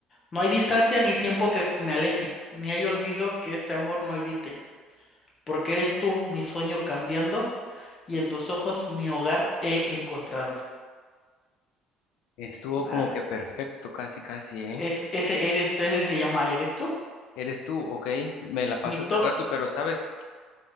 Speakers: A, on the left; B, on the left.
A: No hay distancia ni tiempo que me aleje, ni hay olvido que este amor no evite, porque eres tú mi sueño cambiando y en tus ojos mi hogar he encontrado.
B: Estuvo
A: Ah,
B: como que perfecto, casi, casi, ¿eh?
A: es, ese eres, ese se llama Eres tú.
B: Eres tú, ok. Me la pasas
A: Mi to-
B: al rato, pero sabes,